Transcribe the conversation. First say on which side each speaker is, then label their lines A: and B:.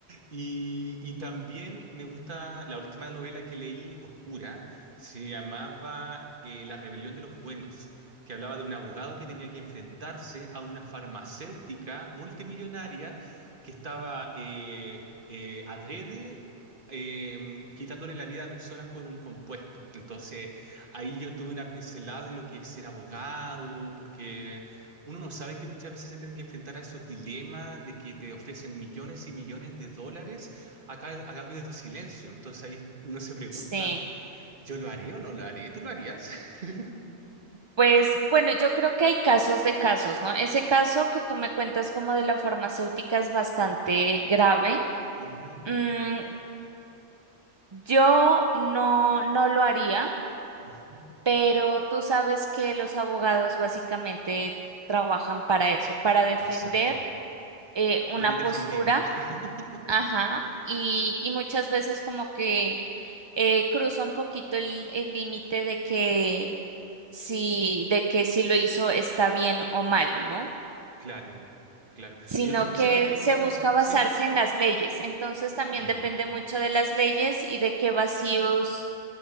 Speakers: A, on the right; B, on the right.
A: Y, y también me gusta la última novela que leí, Oscura se llamaba eh, La Rebelión de los Buenos, que hablaba de un abogado que tenía que enfrentarse a una farmacéutica multimillonaria que estaba eh, eh, adrede eh, quitándole la vida a personas con un compuesto. Entonces, ahí yo tuve una pincelada de lo que es ser abogado, porque uno no sabe que muchas veces se tienen que enfrentar a esos dilemas de que te ofrecen millones y millones de dólares a, ca- a cambio de tu silencio. Entonces ahí uno se pregunta,
B: Sí.
A: ¿Yo lo haré o no lo haré? ¿Tú lo harías? <laughs>
B: Pues bueno, yo creo que hay casos de casos, ¿no? Ese caso que tú me cuentas como de la farmacéutica es bastante grave.
A: Ujú,
B: Mm, yo no, no lo haría,
A: ujú.
B: pero tú sabes que los abogados básicamente trabajan para eso, para defender
A: Exacto.
B: eh, una
A: Lo indefendible.
B: postura
A: <laughs>
B: Ajá, y, y muchas veces como que eh, cruza un poquito el el límite de que si, de que si lo hizo está bien o mal, ¿no?
A: Claro, claro.
B: Sino
A: Y otra cosa
B: que
A: que me gusta
B: se busca
A: hacer,
B: basarse
A: ¿sí?
B: en las leyes. Entonces también
A: Mm,
B: depende mucho de las leyes y de qué vacíos